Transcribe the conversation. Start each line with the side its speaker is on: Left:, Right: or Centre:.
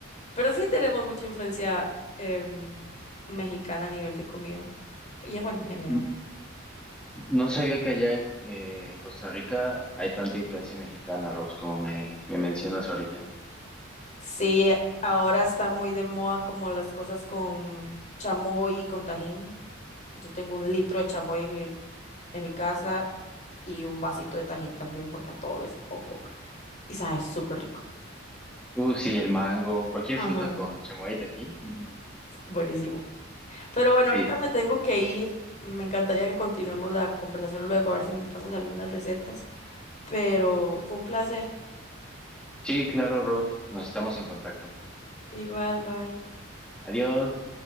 Left: Pero sí tenemos mucha influencia em, mexicana a nivel de comida. Y eh, bueno, en general.
Centre: N- No sabía que allá en, eh, en Costa Rica hay tanta influencia mexicana, Rose, como me, me mencionas ahorita.
Left: Sí, eh, ahora está muy de moda como las cosas con chamoy y con tajín. Yo tengo un litro de chamoy en mi, en mi casa y un vasito de tajín también porque a todos les pongo. Y sabe súper rico.
Centre: Uh, sí, el mango, cualquier
Left: Ajá,
Centre: fruta con chamoyita aquí. mm, mm,
Left: buenísimo. Pero bueno,
Centre: Sí,
Left: ahorita me tengo que ir. Me encantaría que continuemos la conversación luego, a ver si me pasas algunas recetas. Pero fue un placer.
Centre: sí, claro, Ross, nos estamos en contacto.
Left: Igual, bye.
Centre: Adiós.